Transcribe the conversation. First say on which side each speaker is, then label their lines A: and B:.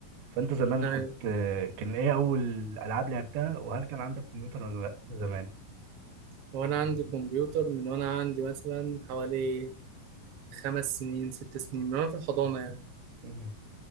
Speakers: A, on the right (about 85°); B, on the right (about 70°).
A: فانت زمان
B: أيوة
A: كنت آه كان ايه اول العاب لعبتها وهل كان عندك كمبيوتر ولا لا زمان
B: وأنا عندي كمبيوتر من وأنا عندي مثلا حوالي خمس سنين ست سنين من وأنا في الحضانة يعني
A: مم.